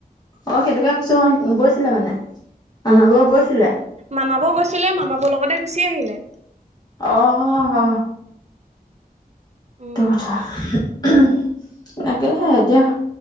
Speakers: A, on the left (about 25°); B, on the right (about 45°).
A: অ', সেইটোকে কৈছো, গৈছিলে মানে মামা বৌ গৈছিলে।
B: মামা বৌ গৈছিলে, মামা বৌৰ লগতে গুচি আহিলে।
A: অহ।
B: উম
A: সটো কথা <unintelligible> এতিয়া